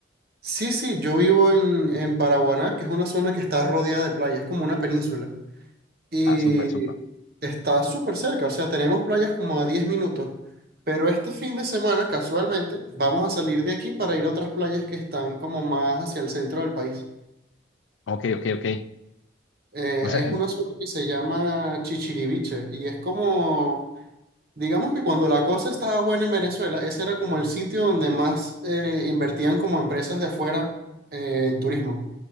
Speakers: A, on the right; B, on the left.
A: sí, sí, yo vivo en, en Paraguaná, que es una zona que está rodeada de playas, es como una península. Y
B: Ah, súper, súper.
A: está súper cerca, o sea, tenemos playas como a 10 minutos. Pero este fin de semana, casualmente, vamos a salir de aquí para ir a otras playas que están como más hacia el centro del país.
B: Ok, ok, ok.
A: Eh,
B: O sea,
A: es una sopa que se llama chichiriviche y es como, digamos que cuando la cosa estaba buena en Venezuela, ese era como el sitio donde más eh, invertían como empresas de afuera eh, en turismo.